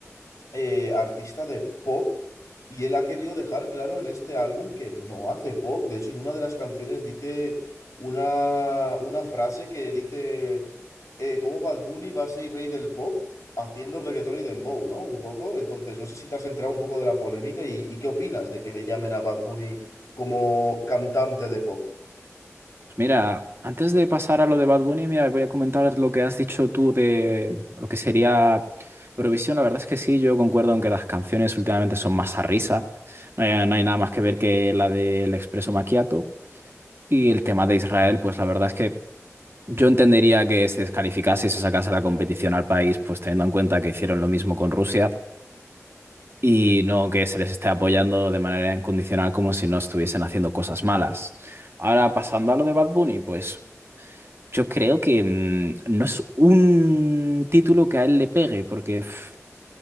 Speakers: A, on the left; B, on the right.
A: eh, artista de pop y él ha querido dejar claro en este álbum que no hace pop. De hecho, en una de las canciones dice una, una frase que dice eh, cómo Bad Bunny va a ser rey del pop haciendo reggaetón y dembow, ¿no? Un poco. Entonces, no sé si te has enterado un poco de la polémica y, y qué opinas de que le llamen a Bad Bunny como cantante de pop.
B: Mira, antes de pasar a lo de Bad Bunny, mira, voy a comentar lo que has dicho tú de lo que sería Eurovisión. La verdad es que sí, yo concuerdo en que las canciones últimamente son más a risa. No hay, no hay nada más que ver que la del Expreso Macchiato. Y el tema de Israel, pues la verdad es que yo entendería que se descalificase y se sacase la competición al país, pues teniendo en cuenta que hicieron lo mismo con Rusia y no que se les esté apoyando de manera incondicional como si no estuviesen haciendo cosas malas. Ahora, pasando a lo de Bad Bunny, pues. Yo creo que mm, no es un título que a él le pegue, porque pf,